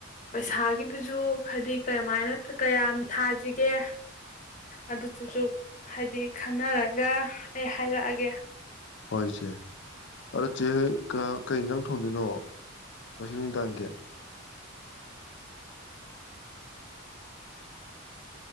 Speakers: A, on the left (about 35°); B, on the left (about 55°).
A: ꯄꯩꯁꯥꯒꯤꯗꯨꯁꯨ ꯍꯥꯏꯗꯤ ꯀꯃꯥꯏꯅ ꯀꯌꯥꯝ ꯊꯥꯁꯤꯒꯦ ꯑꯗꯨꯗꯨꯁꯨ ꯍꯥꯏꯗꯤ ꯈꯟꯅꯔꯒ ꯑꯩ ꯍꯥꯏꯔꯛꯑꯒꯦ
B: ꯍꯣꯏ ꯏꯆꯦ ꯑꯗꯣ ꯆꯦ ꯍꯣꯏ ꯀꯩ ꯌꯦꯟꯖꯥꯡ ꯊꯣꯡꯗꯣꯏꯅꯣ ꯉꯁꯤ ꯅꯨꯡꯗꯥꯡꯒꯤ